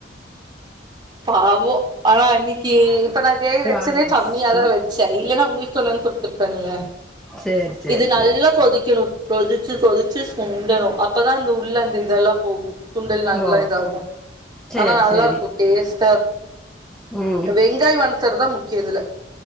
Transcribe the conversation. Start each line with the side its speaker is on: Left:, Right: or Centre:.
Right: பாவோ ஆனா இன்னிக்கி இப்ப நா கிரேவி
Centre: ராணிக்கு
Right: வச்சத கம்மியாதா
Centre: சூ
Right: வச்ச இல்லனா உங்ளுக் சொன்னாலு குடுத்துருப்பேன்ல
Centre: சேரி சேரி
Right: இது நல்ல
Centre: சேரி
Right: கொதிக்கணு கொதிச்சு கொதிச்சு சுண்டணு அப்பதா அந்த உள்ள அந்த இதல்லா போகு சுண்டல் நல்லா
Centre: ஓ
Right: இத ஆகு
Centre: சேரி
Right: ஆனா நல்லாருக்கு
Centre: சேரி
Right: டேஸ்டா
Centre: ம்
Right: கு வெங்காய் வண்ண சேறு தா முக்கிய இதுல